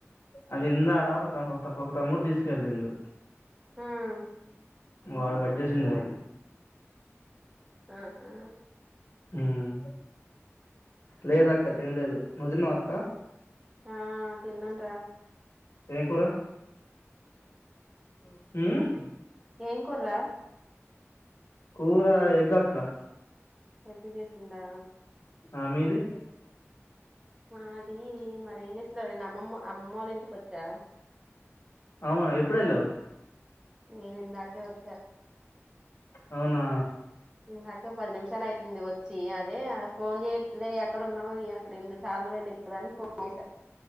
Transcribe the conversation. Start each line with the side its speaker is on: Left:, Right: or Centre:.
Left: అది ఇందాడా ఒకత ఒక తమ్ముడు తీస్కేలిండు
Right: ఉమ్
Left: వాడ్ కట్ చేసిండే మరి
Right: అహా.
Left: ఉమ్ లేదక్క తిన్లేదు నుదిన్నావా అక్క
Right: ఆ తిన్నాన్రా
Left: ఏం కూర. ఉమ్మ్.
Right: ఏంకుర్రా.
Left: కూర ఎగ్గాక్క.
Right: ఎగ్ చేస్తుందా.
Left: ఆహ్ మీది.
Right: ఆహ్ అది మరి ఏం చేస్తుందో రా. నేను అమ్మమ్మ అమ్మొళ్ళీంటికి వచ్చా.
Left: అవునా ఎప్పుడెళ్ళావ్.
Right: నేను ఇందాకే వోచ్చా.
Left: అవునా.
Right: ఇందాకే పది నిమిషాలు అయితుంది వచ్చి అదే ఆమెకు ఫోన్ చేయట్లే ఎక్కడున్నావు అసలు ఎందుకు చా. <unintelligible> ఫోన్ చేశా.